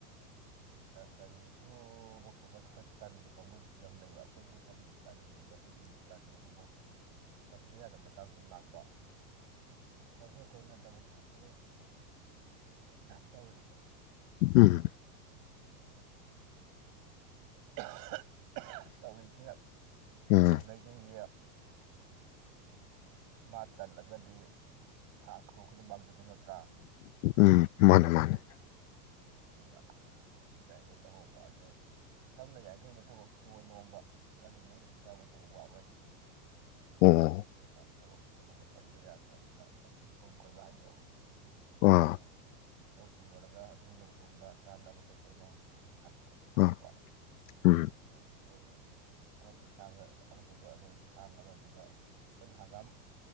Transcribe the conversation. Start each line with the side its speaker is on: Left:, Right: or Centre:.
Right: ꯀꯔꯤ ꯁꯨꯕ ꯈꯣꯠꯄ ꯈꯔ ꯇꯟꯕ ꯀꯥꯡꯕꯨꯁꯤꯁꯨ ꯌꯥꯝ ꯂꯩꯕ ꯑꯈꯣꯏꯁꯨ ꯁꯝꯅ ꯇꯟꯕ꯫ ꯑꯗꯨꯝ ꯇꯜꯂꯤ ꯑꯗꯨꯕꯨ ꯇꯟꯕ ꯌꯥꯗꯕ ꯃꯇꯥꯡ ꯁꯨꯝ ꯂꯥꯛꯄ ꯉꯁꯤ ꯑꯈꯣꯏꯅ ꯗꯕꯜ ꯀꯣꯄꯤꯡ ꯇꯧꯔꯤꯁꯤ꯫
Left: ꯎꯝ
Right: ꯫ <unintelligible> ꯇꯧꯔꯤꯁꯤ
Left: ꯎꯝ
Right: ꯇꯧꯅꯩꯁꯤꯡꯁ‌ꯦ꯫ ꯃꯥ ꯇꯜꯂꯒꯗꯤ ꯐꯥꯁ ꯒꫭꯒꯤꯅꯕꯜꯗꯨ ꯅꯠꯇ꯫
Left: ꯎꯝ ꯃꯥꯅꯦ ꯃꯥꯅꯦ꯫
Right: ꯑꯗꯨꯅ ꯌꯥꯔꯤꯈꯩ ꯇꯧꯍꯧꯕ ꯑꯗꯨꯅ ꯁꯝꯅ ꯌꯥꯡꯈꯩꯗꯤ ꯊꯕꯛ ꯁꯨꯕ ꯅꯣꯝꯕ ꯀꯜꯂꯤꯉꯩ ꯆꯥꯕ ꯊꯛꯕ ꯋꯥꯠꯂꯣꯏ꯫
Left: ꯑꯣ꯫
Right: ꯑꯗꯨꯅ ꯊꯕꯛ ꯁꯨꯕ ꯅꯣꯝꯕ ꯇꯟꯕ ꯌꯥꯗꯦ ꯑꯗꯨꯅ ꯉꯁꯥꯏ ꯏꯪꯀꯣꯜ ꯀꯣꯏꯕ ꯍꯥꯏꯗꯣ꯫
Left: ꯑꯥ
Right: ꯑꯗꯨꯅꯦ꯫ ꯂꯧꯁꯤꯡ ꯂꯣꯏꯔꯒ ꯑꯗꯨ ꯍꯦꯛ ꯂꯧꯕ꯫ ꯇꯨꯡꯗ ꯆꯥꯅꯕ ꯀꯩ ꯀꯩꯅꯣ ꯑꯗꯨꯝ ꯊꯥꯖꯤꯟ꯫ ꯑꯗꯨꯝꯇꯧꯕ
Left: ꯑꯥ ꯎꯝ
Right: ꯑ ꯊꯧꯑꯣꯏꯇꯤ꯫ ꯑꯃꯠꯇꯁꯥꯡ ꯑꯃꯇꯁꯨ ꯑꯗꯨꯑꯣꯏꯗꯤ ꯍꯥꯡꯉꯔꯣꯏ ꯑꯗꯨꯒ ꯑꯈꯣꯏꯅ ꯍꯪꯒꯥꯝ꯫